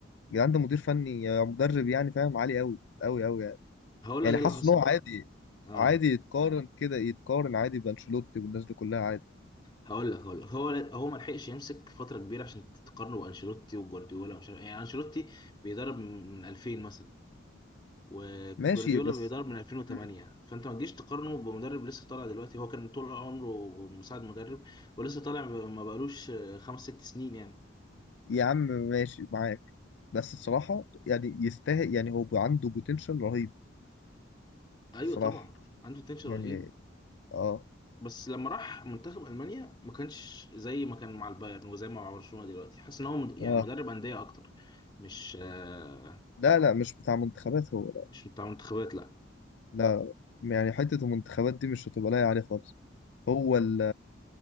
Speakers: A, on the left; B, on the left.
A: يا جدعان ده مدير فني يا مدرب يعني فاهم عالي قوي قوي قوي يعني
B: هقول
A: يعني
B: لك ايه
A: حاسه
B: اللي حصل
A: ان هو عادي
B: اه
A: عادي يتقارن كده يتقارن عادي بانشيلوتي والناس دي كلها عادي
B: هقول لك هقول لك هو هو ما لحقش يمسك فتره كبيره عشان تقارنه بانشيلوتي وجوارديولا ومش عارف إيه. يعني انشيلوتي بيدرب من 2000 مثلا وجوارديولا
A: ماشي بس
B: بيدرب من 2008
A: مم.
B: فانت ما تجيش تقارنه بمدرب لسه طالع دلوقتي هو كان طول عمره مساعد مدرب ولسه طالع ما بقالوش خمس ست سنين يعني
A: يا عم ماشي معاك بس الصراحة يعني يستاهل يعني هو عنده بوتنشال رهيب
B: ايوه
A: الصراحة
B: طبعا عنده تنشن
A: يعني
B: رهيب
A: اه
B: بس لما راح منتخب المانيا ما كانش زي ما كان مع البايرن وزي ما مع برشلونه دلوقتي حاسس ان هو مد- يعني
A: اه
B: مدرب انديه اكتر مش آه،
A: لا لا مش بتاع منتخبات هو لا
B: مش بتاع منتخبات لا
A: لا يعني حتة المنتخبات دي مش هتبقى لايقة عليه خالص هو ال